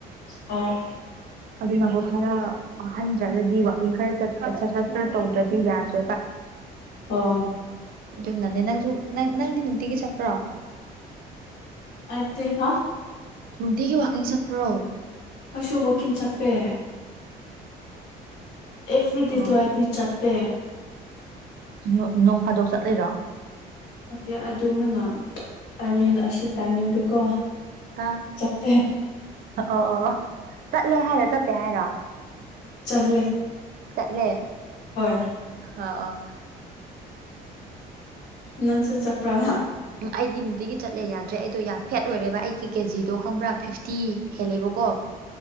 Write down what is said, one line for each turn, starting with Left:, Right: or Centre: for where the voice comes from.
Left: ꯑꯣ
Right: ꯑꯗꯨꯅꯀꯣ ꯈꯔ ꯋꯥꯥꯍꯟꯗ꯭ꯔꯒꯗꯤꯀꯣ ꯋꯥꯀꯤꯡ ꯈꯔ ꯆꯠꯄꯥ ꯑꯦꯛꯁꯔꯁꯥꯏꯁ ꯈꯔ ꯇꯧꯗ꯭ꯔꯗꯤ ꯌꯥꯗ꯭ꯔꯦꯕ
Left: ꯑꯣ
Right: ꯑꯗꯨ ꯅꯅꯦ ꯅꯪꯁꯨ ꯅꯪ ꯅꯪꯗꯤ ꯅꯨꯡꯇꯤꯒꯤ ꯆꯠꯄ꯭ꯔꯣ
Left: ꯑꯩꯗꯤ ꯍꯥ
Right: ꯅꯨꯡꯇꯤꯒꯤ ꯋꯥꯀꯤꯡ ꯆꯠꯄ꯭ꯔꯣ
Left: ꯑꯩꯁꯨ ꯋꯥꯀꯤ ꯆꯄꯄꯦ ꯑꯦꯕ꯭ꯔꯤ ꯗꯦ
Right: ꯑꯣ
Left: ꯇ ꯆꯠꯇ°
Right: ꯅꯣꯡ ꯅꯣꯡꯐꯥꯗꯣꯛ ꯆꯠꯂꯤꯔꯣ
Left: ꯅꯠꯇꯦ ꯑꯗꯨꯝꯃꯥꯏꯅ ꯇꯥꯏꯃꯤꯡꯗꯣ ꯑꯁꯤ ꯇꯥꯏꯃꯤꯡꯗꯨꯀꯣ
Right: ꯑꯥ
Left: ꯆꯠꯄꯦ
Right: ꯑꯣ ꯑꯣ ꯆꯠꯂꯦ ꯍꯥꯏꯔꯣ ꯆꯠꯇꯦ ꯍꯥꯏꯔꯣ
Left: ꯆꯠꯂꯦ
Right: ꯆꯠꯂꯦ
Left: ꯍꯣꯏ
Right: ꯑꯥ ꯑꯥ
Left: ꯅꯪꯁꯨ ꯆꯠꯄ꯭ꯔꫭ
Right: ꯎꯝ ꯑꯩꯗꯤ ꯅꯨꯡꯇꯤꯒꯤ ꯆꯠꯂꯦ ꯌꯥꯗ꯭ꯔꯦ ꯑꯩꯗꯣ ꯌꯥꯝ ꯐꯦꯠ ꯑꯣꯏꯔꯦꯕ ꯑꯩꯒꯤ ꯀꯦꯖꯤꯗꯣ ꯈꯪꯕ꯭ꯔꯥ ꯐꯤꯞꯇꯤ ꯍꯦꯜꯂꯦꯕꯀꯣ <inaudible>